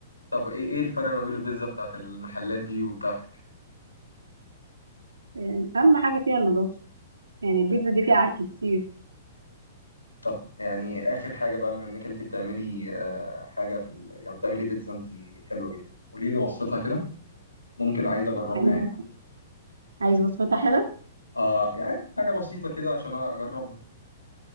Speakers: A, on the left (about 85°); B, on the right (about 75°).
A: طب ايه ايه الفرق ما بين البيتزا بتاعت المحلات دي وبتاعتك
B: يعني أهم حاجة فيها النظافة يعني البيتزا دي فيها عك كتير
A: طب يعني اخر حاجه بقى بما انك انت بتعملي آه، حاجه في ال... يعني بتعملي بيتزا انت حلوه جدا قولي لي وصفتها كده ممكن عايز اجربها
B: عايز
A: يعني
B: عايز بسمتها حلوة
A: اه يعني حاجه بسيطه كده عشان اجربها